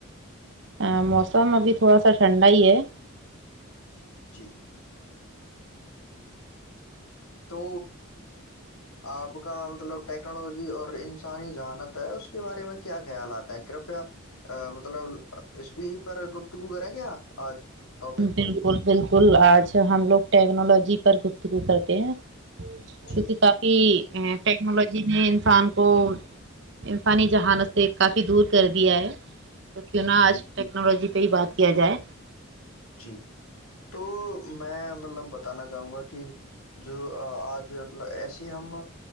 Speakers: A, on the right (about 55°); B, on the left (about 80°).
A: ہ موسم ابھی تھوڑا سا ٹھنڈا ہی ہے
B: جٹییک ہے تو آپ کا مطلب ٹیکنالوجی اور انسانی جہانت ہے اس کے بارے میں کیا خیال آتا ہیں کرپیا مطلب اسپی پر گپتگو کریں کیا آج ٹاپک پر
A: بالکل بالکل آ اچھا ہم لوگ ٹیکنالوجی پر گفتگو کرتے ہیں
B: جی
A: کیونکہ کافی ٹیکنالوجی نے انسان کو انسانی جہانت سے کافی دور کر دیا ہے تو کیوں نہا
B: جی
A: آج
B: جی
A: ٹیکنالوجی پہ ہی بات کیا جائے
B: جی تو میں مطلب بتانا چاہوں گا کہ جو آج مطلب ایسی ہم